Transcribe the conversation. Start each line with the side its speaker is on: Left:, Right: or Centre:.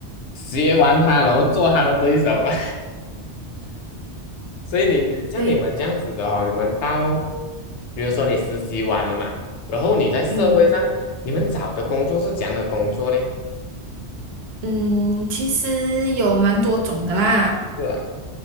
Left: 学完他，然后做他的对手啊，<laughs> 所以你像你们这样子的哦，
Right: 对，
Left: 你们到比如说你实习完了嘛，然后你在社会上，
Right: 嗯
Left: 你们找的工作是怎样的工作嘞？
Right: 嗯，其实有蛮多种的啦。
Left: 是啊，